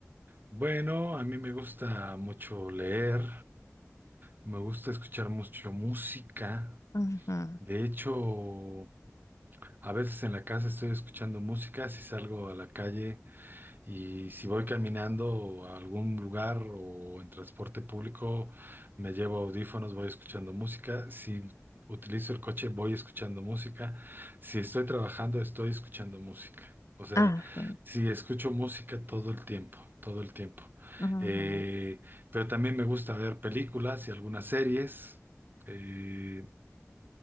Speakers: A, on the right (about 40°); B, on the left (about 75°).
A: Bueno, a mí me gusta mucho leer, me gusta escuchar mucho música.
B: Ajá,
A: De hecho, a veces en la casa estoy escuchando música, si salgo a la calle. Y si voy caminando a algún lugar o en transporte público, me llevo audífonos, voy escuchando música. Si utilizo el coche, voy escuchando música. Si estoy trabajando, estoy escuchando música. O sea,
B: Ah, sí.
A: sí, escucho música todo el tiempo, todo el tiempo.
B: ajá,
A: Eh, pero también me gusta ver películas y algunas series. Eh,